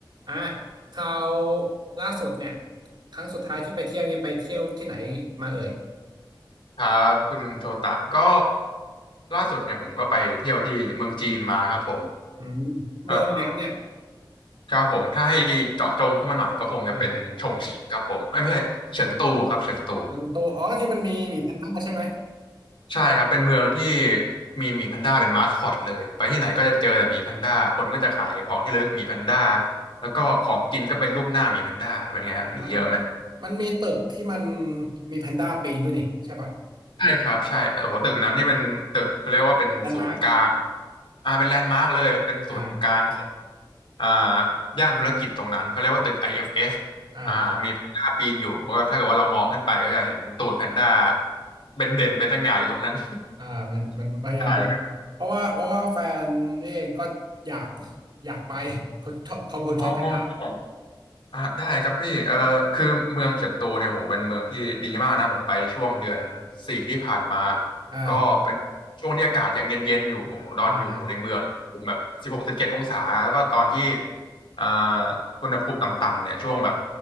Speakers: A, on the right; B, on the left.
A: อ่ะคราวล่าสุดเนี่ยครั้งสุดท้ายที่ไปเที่ยวนี่ไปเที่ยวที่ไหนมาเอ่ย
B: ครับคุณโชตะก็ล่าสุดเนี่ยผมก็ไปเที่ยวที่เมืองจีนมาครับผม
A: อืมเมืองอะไรครับเนี่ย
B: เออครับผมถ้าให้เจาะจงขึ้นมาหน่อยก็คงจะเป็นชงชิ่งครับผมเอ้ยไม่ใช่เฉิงตูครับเฉิงตู
A: อ่ะเชิงโตอ๋อที่มันมีหมีแพนด้าใช่ไหม
B: ใช่ครับเป็นเมืองที่มีหมีแพนด้าเป็นมาสคอตเลยไปที่ไหนก็จะเจอแต่หมีแพนด้าคนก็จะขายของที่ระลึกหมีแพนด้าแล้วก็ของกินก็เป็นรูปหน้าหมีแพนด้าเป็นไงฮะหมีเยอะไหม
A: อ่ะมันมันมีตึกที่มันมีแพนด้าปีนด้วยนี่ใช่ป่ะ
B: ใช่ครับใช่โอ้โหตึกนั้นนี่เป็นตึกเขาเรียกว่าเป็นศูนย์กลาง
A: แลนด์มาร์ค
B: อ่าเป็นแลนด์มาร์กเลยมันเป็นศูนย์กลางของ
A: อ่า
B: อ่าย่านธุรกิจตรงนั้นเขาเรียกว่าตึก IFS
A: อ่า
B: อเอฟเอสอ่ามีแพนด้าปีนอยู่ก็ถ้าเกิดว่าเรามองขึ้นไปก็จะเห็นตูดแพนด้าเป็นเด่นเป็นสง่าอยู่ตรงนั้น
A: อ่ามันมันพยายามไป
B: <laughs> ใช่ครับ
A: เพราะว่าเพราะว่าแฟนนี่เองก็อยากอยากไปเขาชอบเขาเป็นคนชอบแพนด้า
B: อ๋อ อ่ะได้ครับพี่เออคือเมืองเฉิงตูเนี่ยโหเป็นเมืองที่ดีมากนะผมไปช่วงเดือนสี่ที่ผ่านมา
A: อ่า
B: ก็เป็นช่วงที่อากาศยังเย็นๆอยู่โอ้โหดอนอยู่ในเมืองแบบสิบหกสิบเจ็ดองศาแล้วก็ตอนที่
A: อ่าอ่า
B: อ่าอุณหภูมิต่ำๆเนี่ยช่วงแบบ